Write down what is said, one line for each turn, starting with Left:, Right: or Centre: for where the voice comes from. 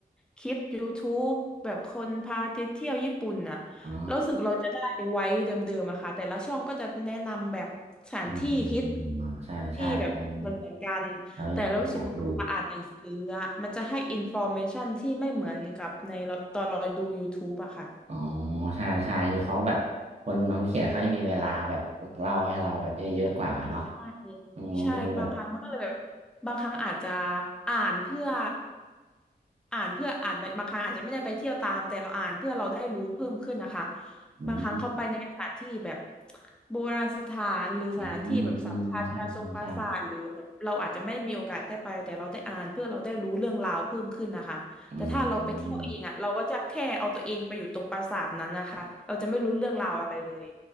Centre: คลิป YouTube แบบคนพาไปเที่ยวญี่ปุ่นน่ะ
Right: อ๋อ
Centre: รู้สึกเราจะได้ไว้เดิมๆอะค่ะแต่ละช่องก็จะแนะนำแบบสถานที่ฮิต
Right: อืมอืมอืมอ๋อใช่ใช่อันนี้นะ
Centre: ที่แบบเหมือนเหมือนกัน
Right: เราคนอยากดู
Centre: แต่เรารู้สึกว่าเราอ่านหนังสืออะมันจะให้อินฟอร์เมชันที่ไม่เหมือนกับในเราตอนเราดู YouTube อะค่ะ
Right: อ๋อใช่ใช่คือเขาแบบคนน้องเขียนเขาจะมีเวลาแบบเล่าให้เราแบบเยอะๆกว่าเนาะ
Centre: ใช่ใช่
Right: อืมนี่แบบ
Centre: ใช่บางครั้งมันก็เลยแบบบางครั้งอาจจะอ่านเพื่ออ่านเพื่ออ่านบางครั้งอาจจะไม่ได้ไปเที่ยวตามแต่เราอ่านเพื่อเราได้รู้เพิ่มขึ้นนะคะ
Right: อืม
Centre: บางครั้งเข้าไปในสถานที่แบบโบราณสถานหรือสถานที่แบบสำคัญการทรงปราสาทหรือแบบเราอาจจะไม่มีโอกาสได้ไปแต่เราได้อ่านเพื่อเราได้รู้เรื่องราวเพิ่มขึ้นนะคะแต่ถ้าเราไปเที่ยวเองอ่ะเราก็จะแค่เอาตัวเองไปอยู่ตรงปราสาทนั้นนะคะเราจะไม่รู้เรื่องราวอะไรเลย
Right: อืมอืมใช่ใช่ใช่อืม